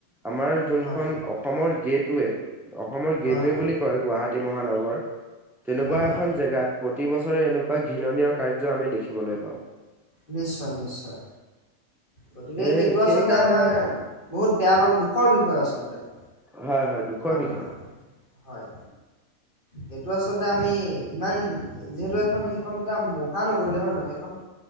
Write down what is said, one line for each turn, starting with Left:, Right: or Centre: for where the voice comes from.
Centre: আমাৰ জোনখন
Left: হয়
Centre: অ অসমৰ গেটৱে, অসমৰ
Left: হয়
Centre: গেটৱে
Left: হয়
Centre: বুলি কয় গুৱাহাটী মহানগৰ। তেনেকুৱা
Left: হয় হয়
Centre: এখন জেগাত প্ৰতি বছৰে এনেকুৱা ঘৃণনীয় কাৰ্য আমি দেখিবলৈ পাওঁ।
Left: নিশ্চয় নিশ্চয়। গতিকে
Centre: এই
Left: সেইটো আচলতে
Centre: সেই কাৰণে
Left: আমাৰ বহুত বেয়া লগা দুখৰ বিষয় আচলতে।
Centre: হয় হয়। দুখৰ
Left: হয় নহয়
Centre: বিষয়
Left: হয়। সেইটো আচলতে আমি ইমান যিহেতু এখন সেইখন এটা মহানগৰী হয় নহয়? সেইখন-